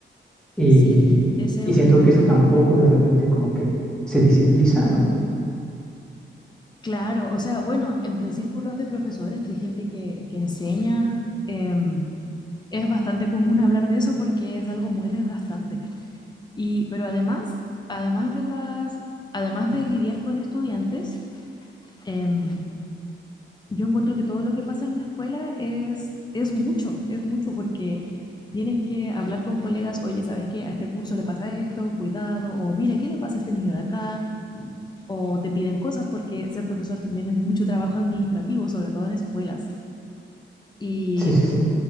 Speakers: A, in the centre; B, on the left.
A: Y,
B: sí, ese
A: y
B: es un,
A: siento que eso tampoco de repente como que se visibiliza, ¿no?
B: Claro, o sea, bueno, entre círculos de profesores, entre gente que, que enseña, em, es bastante común hablar de eso porque es algo muy desgastante. Y, pero además, además de las, además de lidiar con estudiantes, em, yo encuentro que todo lo que pasa en una escuela es, es mucho, es mucho porque tienes que hablar con colegas, oye, ¿sabes qué? A este curso le pasa esto, cuidado, o mira, ¿qué le pasa a este niño de acá? o te piden cosas, porque ser profesor también es mucho trabajo administrativo, sobre todo en escuelas. Y,
A: Sí, sí, sí.